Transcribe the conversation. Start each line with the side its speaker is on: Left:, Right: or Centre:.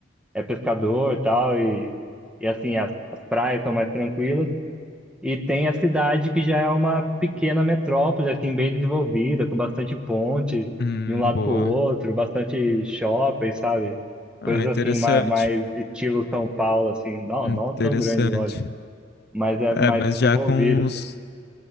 Centre: é pescador e tal, e, e assim, as, as praias são mais tranquilas. E tem a cidade que já é uma pequena metrópole, assim, bem desenvolvida, com bastante ponte
Left: hum,
Centre: de um lado
Left: boa.
Centre: para o outro, bastante shopping, sabe?
Left: Ah,
Centre: Coisas
Left: interessante.
Centre: assim, mais, mais estilo São Paulo, assim, não,
Left: Interessante.
Centre: não tão grande, lógico, mas é
Left: É,
Centre: mais
Left: mas
Centre: desenvolvida
Left: já com uns